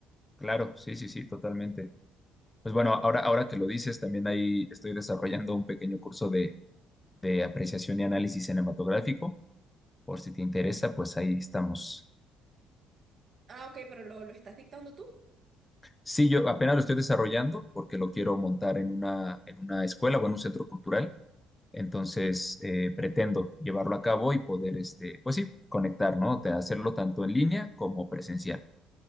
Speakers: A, on the left; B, on the right.
A: Claro, sí, sí, sí, totalmente. Pues bueno, ahora, ahora que lo dices, también ahí estoy desarrollando un pequeño curso de, de apreciación y análisis cinematográfico. Por si te interesa, pues ahí estamos.
B: Ah, ok, pero lo, lo estás dictando tú.
A: Sí, yo apenas lo estoy desarrollando porque lo quiero montar en una, en una escuela o en un centro cultural. Entonces, eh, pretendo llevarlo a cabo y poder, este, pues sí, conectar, ¿no? Te- Hacerlo tanto en línea como presencial.